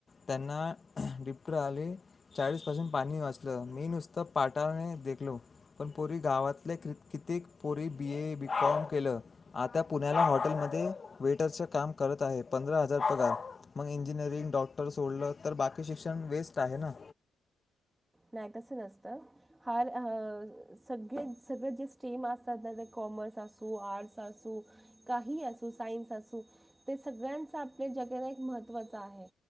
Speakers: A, on the left; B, on the right.
A: त्यांना डिप्टर आले चाळीस पासून पाणी वाचलं, मी नुसतं पाटाने देखलो. पण पोरी गावातले क कित्येक पोरी बी ए बी कॉम केलं. आता पुण्याला हॉटेलमध्ये वेटरच काम करत आहे, पंधरा हजार पगार. मग इंजिनिअरिंग, डॉक्टर सोडलं तर बाकी शिक्षण वेस्ट आहे ना.
B: नाही तस नसतं. हार अ सगळे सगळे जे स्ट्रीम असतात ना कॉमर्स असो आर्ट्स असो काही असो सायन्स असो ते सगळ्यांच आपल्या जगाला एक महत्त्वाच आहे.